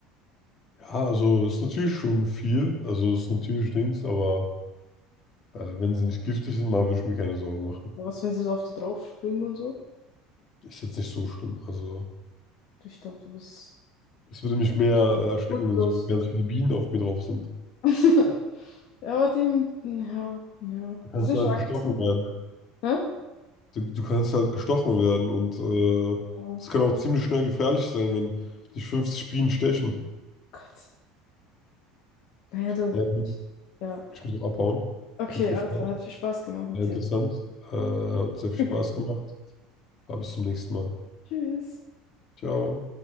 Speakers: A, on the left; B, on the left.
A: Ja, also ist natürlich schon viel. Also ist natürlich Dings, aber. Äh, wenn sie nicht giftig sind, mal würde ich mir keine Sorgen machen.
B: Aber was, wenn sie so auf dir drauf springen und so?
A: Ist jetzt nicht so schlimm. Also,
B: du Ich glaube, du bist
A: es würde mich mehr
B: du
A: äh,
B: bist
A: erschrecken,
B: furchtlos.
A: wenn so ganz viele Bienen auf mir drauf sind.
B: <laughs> Ja, aber die, ja, ja.
A: Da kannst
B: Die sind
A: du
B: schon
A: halt
B: aggressiv.
A: gestochen werden.
B: Ne?
A: Du, du kannst halt gestochen werden und äh,
B: Ja.
A: das kann auch ziemlich schnell gefährlich sein, wenn dich 50 Bienen stechen.
B: Gott. Naja, du.
A: Naja, gut,
B: Ja.
A: ich muss auch abhauen.
B: Okay,
A: Hat mich gefreut.
B: alles klar. Hat viel Spaß gemacht mit
A: Sehr interessant.
B: dir.
A: Äh, hat sehr viel
B: <laughs>
A: Spaß gemacht. Aber bis zum nächsten Mal.
B: Tschüss.
A: Ciao.